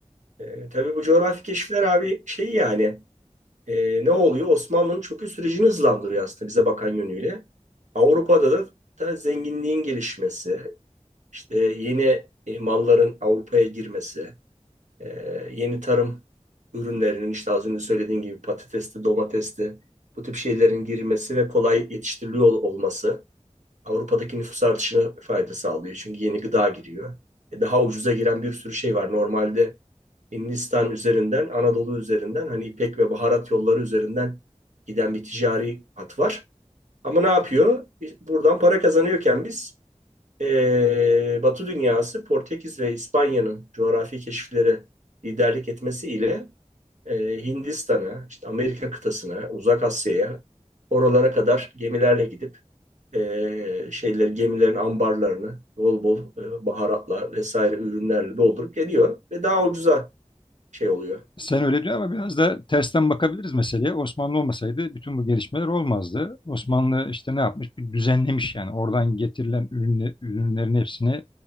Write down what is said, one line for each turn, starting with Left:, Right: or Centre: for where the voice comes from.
Right: Eee tabii bu coğrafi keşifler abi şey yani eee, ne oluyor? Osmanlı'nın çöküş sürecini hızlandırıyor aslında bize bakan yönüyle. Avrupa'da da da zenginliğin gelişmesi, işte yeni e, malların Avrupa'ya girmesi, e, yeni tarım ürünlerinin işte az önce söylediğin gibi patatesti, domatesti bu tip şeylerin girmesi ve kolay yetiştiriliyor olması Avrupa'daki nüfus artışına fayda sağlıyor. Çünkü yeni gıda giriyor. E, daha ucuza giren bir sürü şey var. Normalde Hindistan üzerinden, Anadolu üzerinden hani ipek ve baharat yolları üzerinden giden bir ticari hat var. Ama ne yapıyor? Buradan para kazanıyorken biz e, Batı dünyası Portekiz ve İspanya'nın coğrafi keşiflere liderlik etmesiyle e, Hindistan'a, işte Amerika kıtasına, Uzak Asya'ya oralara kadar gemilerle gidip e, şeyler gemilerin ambarlarını bol bol e, baharatla vesaire ürünlerle doldurup geliyor ve daha ucuza şey oluyor.
Left: Sen öyle diyor ama biraz da tersten bakabiliriz meseleye. Osmanlı olmasaydı bütün bu gelişmeler olmazdı. Osmanlı işte ne yapmış? Bir düzenlemiş yani. Oradan getirilen ürünle, ürünlerin hepsini